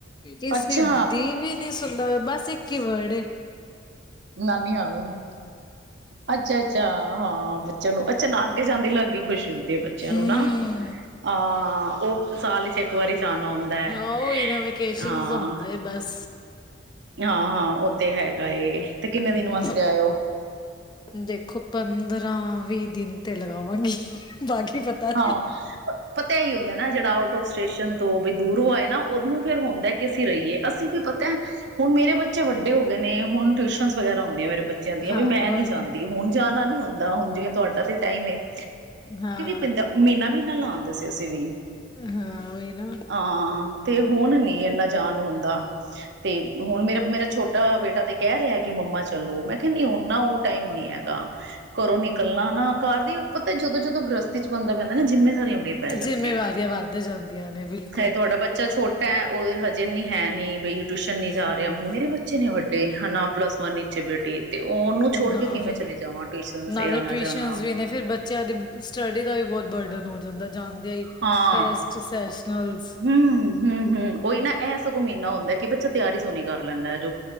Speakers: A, on the left; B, on the right.
A: ਕਿਸਦੀ
B: ਅੱਛਾ
A: ਦੀ ਵੀ ਨੀ ਬਸ ਕਿ ਵੱਡੇ
B: ਨਾਨੀ ਹਾਊਸ ਅੱਛਾ- ਅੱਛਾ ਹਾਂ। ਬੱਚਿਆਂ ਨੂੰ ਅੱਛਾ ਨਾਨਕੇ ਜਾਂ, ਦਿਲ ਲੱਗ ਗਿਆ ਹਓ, ਖੁਸ਼ੀ ਹੁੰਦੀ ਆ, ਬੱਚਿਆਂ
A: ਹੂੰ
B: ਨੂੰ ਨਾ ਅਹ ਉਹ ਸਾਲ ਬੱਚੇ ਇੱਕ ਵਾਰੀ ਜਾਣਾ ਹੁੰਦਾ ਹੈ
A: ਹਾਂ ਹਾਂ ਇਹਨਾਂ ਵੋਕੇਸ਼ਨ
B: ਹਾਂ
A: ਹੁੰਦਾ ਬਸ
B: ਹਾਂ -ਹਾਂ ਉਹ ਤੇ ਹੈਗਾ ਏ ਤੇ ਕਿੰਨੇ
A: ਹਮ,
B: ਦਿਨ ਵਾਸਤੇ ਆਇਓ
A: ਦੇਖੋ ਪੰਦਰਾਂ ਪੰਦਰਾਂ- ਵੀਹ ਤੇ ਲਗਾਵਾਂਗੇ, ਬਾਕੀ ਪਤਾ
B: ਹਾਂ
A: ਨੀ
B: ਪਤਾ ਇ ਹੀ ਹੁੰਦਾ ਨਾ ਜਿਹੜਾ ਆਊਟ ਆਫ ਸਟੇਸ਼ਨ ਤੋਂ ਦੂਰੋਂਏ ਨਾ ਉਦਨੂੰ ਫੇਰ ਹੁੰਦਾ, ਕਿ ਅਸੀਂ ਰਹੀਏ ਅਸੀਂ ਵੀ ਪਤਾ ਹੈ ਹੁਣ ਮੇਰੇ ਬੱਚੇ ਵੱਡੇ ਹੋਏ ਨੇ ਹੁਣ ਟਿਊਸ਼ਨ ਵਗੈਰਾ ਹੁੰਂਦੀਆਂ, ਮੇਰੇ ਬੱਚਿਆਂ ਦੀਆਂ
A: ਹਾਂ
B: ਵੀ, ਮੈਂ ਨੀ
A: ਉਹੀ ਨਾ
B: ਜਾਂਦੀ, ਹੁਣ ਜਾਣਾ ਨੀ ਹੁੰਦਾ ਨਾ ਉੰਝ ਵੀ ਤੁਹਾਡਾ ਤੇ ਟਾਈਮ ਹੀ ਹੈ।
A: ਹਾਂ।
B: ਪੰਦਰਾਂ ਮਹੀਨਾ -ਮਹੀਨਾ ਪਹਿਲਾਂ ਆਉਂਦੇ ਹੁੰਦੇ ਸੀ ਅਸੀਂ
A: ਹਾਂ ਉਹੀ ਨਾ
B: ਹਾਂ ਤੇ ਹੁਣ ਨੀ, ਜੇ ਇੰਨਾ ਜਾਨ ਹੁੰਦਾ, ਤੇ ਹੁਣ ਮੇਰਾ ਮੇਰਾ ਛੋਟਾ ਬੇਟਾ ਤੇ ਕਹਿ ਰਿਹਾ। ਕਿ ਮੰਮਾ ਚਲੋ ਮੈਂ ਕਿਹਾ, ਨੀ ਹੁਣ ਨਾ ਉਹ ਟਾਈਮ ਨੀ ਹੈ। ਘਰੋਂ ਨਿਕਲਣਾ ਨਾ। ਘਰ ਦੀ ਉੱਪਰ ਤੇ ਜਦੋਂ ਜਦੋਂ ਗ੍ਰਸਤੀ। 'ਚ ਬੰਦਾ ਪੈਂਦਾ ਨਾ ਜਿੰਮੇਦਾਰੀਆਂ ਬੜੀਆਂ ਪੈ ਜਾਂਦੀਆਂ
A: ਜਿੰਮੇਵਾਰੀਆਂ ਵੱਧ ਜਾਂਦੀਆਂ ਨੇ ਬਿਲਕੁਲ
B: ਹੈ। ਤੁਹਾਡਾ ਬੱਚਾ ਛੋਟਾ ਪੈ ਉਹ ਹਜੇ ਨੀ ਹੈ, ਨੀ ਬਈ ਟਿਊਸ਼ਨ ਨੀ ਜਾ
A: ਹੂੰ
B: ਰਿਹਾ, ਹੁਣ ਮੇਰੇ ਬੱਚੇ ਨੇ ਵੱਡੇ ਡੇ ਹਾ ਨਾ ਪਲਸ ਵਨ ਵਿੱਚ ਆ ਬੇਟੀ, ਤੇ ਉਹਨੂੰ ਛੋੜ
A: ਨਾ
B: ਕੇ ਕਿਵੇਂ
A: ਫਿਰ
B: ਚਲੀ ਜਾਵਾਂ ਟਿਊਸ਼ਨ
A: ਨਾਲੇ
B: ਸੇ ਆਣਾ
A: ਟਿਊਸ਼ਨ
B: ਜਾਣਾ
A: ਵੀ ਨੇ ਫੇਰ ਬੱਚਿਆਂ ਦੀ ਸਟੱਡੀ ਸਟੱਡੀ ਦਾ ਵੀ ਬਹੁਤ ਬਰਡਨ ਹੋ ਜਾਂਦਾ, ਜਾਂਦੇ ਹੀ
B: ਹਾਂ
A: ਟੈਸਟ ਸੈਸ਼ਨਲਸ
B: ਹਮ, ਹਮ, ਹਮ ਓਹੀ ਨਾ ਇਹ ਸਗੋਂ ਮਹੀਨਾ ਹੁੰਦਾ ਹੈ, ਕਿ ਬੱਚਾ ਤਿਆਰੀ ਸੋਹਣੀ ਕਰ ਲੈਂਦਾ ਹੈ, ਜੋ